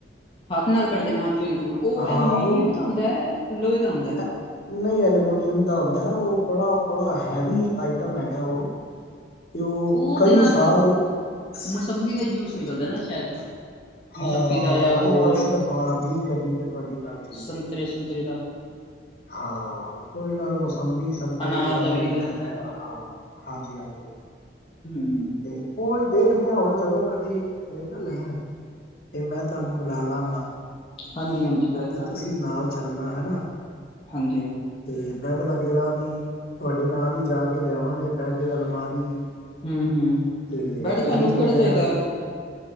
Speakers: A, on the left (about 30°); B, on the left (about 55°).
A: ਹੱਥ ਨਾਲ ਕੱਢ ਦੇਣਾ, ਹਾਂਜੀ-ਹਾਂਜੀ। ਉਹ
B: ਹਾਂ
A: ਐਲਮੀਨੀਅਮ
B: ਉਹ
A: ਦਾ ਹੁੰਦਾ ਹੈ। ਲੋਹੇ ਦਾ ਹੁੰਦਾ।
B: ਐ- ਨਹੀਂ ਐਲਮੀਨੀਅਮ ਦਾ ਹੁੰਦਾ ਉਹ ਬੜਾ ਬੜਾ ਹੈਵੀ ਆਈਟਮ ਹੈਗਾ ਉਹ ਤੇ ਉਹ
A: ਉਹਦੇ
B: ਕਈ
A: ਨਾਲ
B: ਸਾਲ
A: ਤੇ ਉਹ ਮੋਸੰਮੀ
B: ਕਈ ਸਾਲ
A: ਦਾ ਹੀ ਜੂਸ
B: ਨਹੀਂ
A: ਨਿਕਲਦਾ
B: ਚੱਲਦਾ
A: ਨਾ ਸ਼ਾਇਦ ਮੌਸੰਮੀ
B: ਹਾਂ
A: ਦਾ ਜਾਂ
B: ਉਹਦੇ
A: ਹੋਰ
B: ਨਾਲ ਸਿਰਫ ਹਾਂ ਠੀਕ ਹੈ ਠੀਕ ਹੈ ਤੁਹਾਡੀ ਗੱਲ ਠੀਕ
A: ਸੰਤਰੇ
B: ਹੈ।
A: ਸੁੰਤਰੇ ਦਾ
B: ਹਾਂ ਉਹਦੇ ਨਾਲ ਹੋ ਸ ਸੰਭੀ ਸੰਤਰੇ
A: ਅਨਾਰ
B: ਵਗੈਰਾ ਦਾ
A: ਵੀ
B: ਹੀ
A: ਨਿਕਲ
B: ਨਿਕਲਦਾ
A: ਜਾਂਦਾ ਹੈ।
B: ਹਾਂ ਹਾਂਜੀ ਹਾਂਜੀ
A: ਹੂੰ
B: ਤੇ ਹੋਰ, ਦੇਖ ਲਿਆ ਹੁਣ ਜਦੋਂ ਕਦੀ ਕ ਨਾ ਲੈਣ ਤੇ ਮੈਂ ਤੁਹਾਨੂੰ ਬੁਲਾ ਲਾਂਗਾ
A: ਹਾਂਜੀ ਹਾਂਜੀ ਬਹਿ
B: ਤੇ ਤੁਸੀਂ ਨਾਲ ਚੱਲਣਾ ਹੈਨਾ।
A: ਹਾਂਜੀ-ਹਾਂਜੀ।
B: ਅਤੇ ਬੈੱਡ ਵਗੈਰਾ ਵੀ, ਤੁਹਾਡੇ ਨਾਲ ਹੀ ਜਾ ਕੇ ਲਿਆਵਾਂਗੇ ਬੈਡ ਅਲਮਾਰੀ
A: ਹੂੰ ਹੂੰ
B: ਤੇ
A: ਬੈਡ ਤੁਹਾਨੂੰ
B: ਫਰਿੱਜ
A: ਕਿਹੜਾ
B: ਵਗੈਰਾ
A: ਚਾਹੀਦਾ
B: ਵੀ।
A: ਹੈ